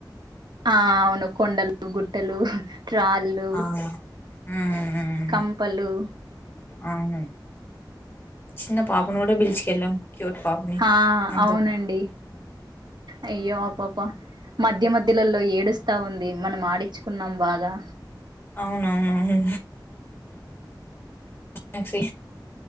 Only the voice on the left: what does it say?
ఆ ఉమ్ ఉమ్,
అవును చిన్న పాపను కూడా పీల్చుకెళ్ళాం క్యూట్ పాపనే
అంత
అవునవునువును మ్యాక్సి